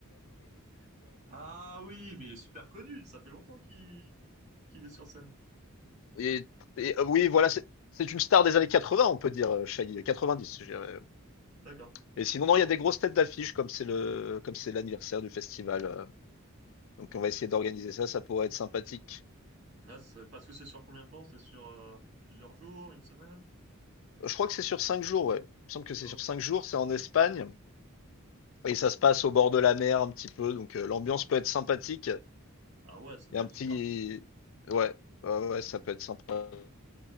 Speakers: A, on the right; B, on the left.
A: Ah oui, mais il est super connu. Ça fait longtemps qu'il qu'il est sur scène.
B: et, et, euh, oui voilà c'est c'est une star des années 80 on peut dire euh, Shaggy, 90 je dirais.
A: D'accord.
B: Et sinon non il y a des grosses têtes d'affiche comme c'est le comme c'est l'anniversaire du festival, euh. donc on va essayer d'organiser ça, ça pourrait être sympathique.
A: Là, ce serait- parce que c'est sur combien de temps? C'est sur euh, plusieurs jours, une semaine?
B: Je crois que c'est sur cinq jours, ouais. Il me semble que c'est
A: Ok.
B: sur cinq jours, c'est en Espagne. Et ça se passe au bord de la mer un petit peu, donc euh, l'ambiance peut être sympathique.
A: Ah ouais, ça
B: Il
A: doit
B: y a un
A: être
B: petit...
A: super.
B: Ouais, ouais, ouais, ça peut être sympa.